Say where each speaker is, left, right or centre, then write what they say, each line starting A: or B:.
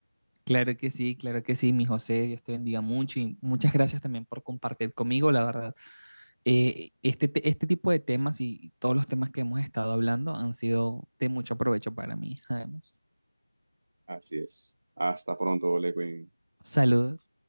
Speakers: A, on the right (about 40°); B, on the right (about 15°).
A: Claro que sí, claro que sí, mi José, Dios te bendiga mucho y muchas gracias también por compartir conmigo, la verdad. Eh, este, te- este tipo de temas y todos los temas que hemos estado hablando han sido de mucho provecho para mí, además.
B: Así es. Hasta pronto, Lewin.
A: Saludos.